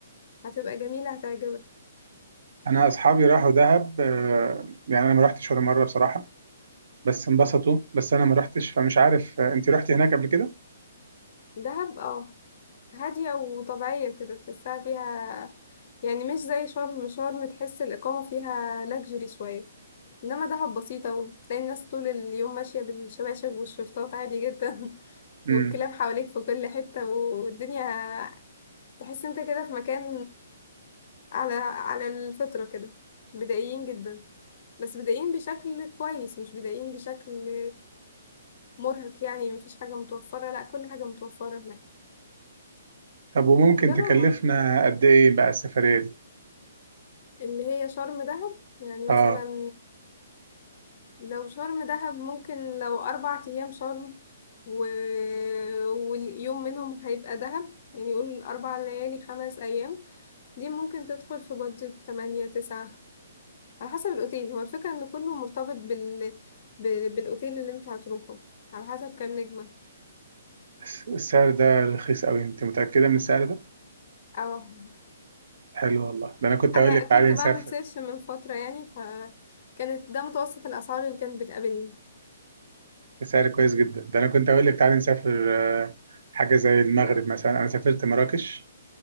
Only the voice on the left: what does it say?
هتبقى جميلة هتعجبك
دهب اه هادية وطبيعية كده تحسها فيها يعني مش زي شرم شرم تحس الإقامة فيها لاكجري شوية إنما دهب بسيطة وتلاقي الناس طول اليوم ماشية بالشباشب والشرطات عادي جدا <laughs>
والكلاب حواليك في كل حتة والدنيا تحس انت كده في مكان على على الفطرة كده بدائيين جدا بس بدائيين بشكل كويس مش بدائيين بشكل مرهق يعني مفيش حاجة متوفرة لا كل حاجة متوفرة هناك
جربها
اللي هي شرم دهب يعني
مثلا لو شرم دهب ممكن لو أربع أيام شرم و... واليوم منهم هيبقى دهب يعني يقول أربع ليالي خمس أيام دي ممكن تدخل في بادجت تمانية تسعة على حسب الأوتيل هو الفكرة إن كله مرتبط بال... بال... بالأوتيل اللي أنت هتروحه على حسب كام نجمة
اه
أنا
كنت
بعمل سيرش من فترة يعني فكانت ده متوسط الأسعار اللي كانت بتقابلني